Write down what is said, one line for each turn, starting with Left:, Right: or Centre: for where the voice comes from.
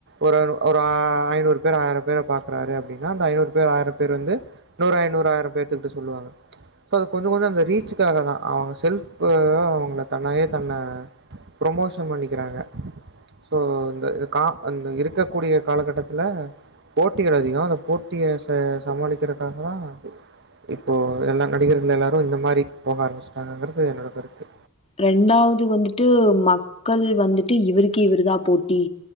Right: ஒரு ஒரு ஆ ஐநூறு பேர் ஆயிர பேர பாக்குறாரு அப்டின்னா அந்த ஐநூறு பேர் ஆயிரம் பேர் வந்து இன்னொரு ஐநூரு ஆயிரோ பேத்துக்கிட்ட சொல்லுவாங்க அது கொஞ்சோ கொஞ்சோ அந்த ரீச்சுகாக தா அவங்க ஷெல்ப்பு அவுங்க தன்னையே தன்ன புரொமோஷன் பண்ணிக்கிறாங்க சோ இந்த இது கா அந்த இருக் இருக்கக் கூடிய காலகட்டத்துல போட்டிகள் அதிகோ அந்த போட்டிய ச சமாளிக்கிறதுக்காக தா இப்போ எல்லா நடிகர்கள் எல்லாரு இந்த மாரி போக ஆரம்பிச்சுட்டாகங்குறது என்னோட கருத்து
Left: ரெண்டாவது வந்துட்டு மக்கள் வந்துட்டு இவருக்கே இவரு தா போட்டி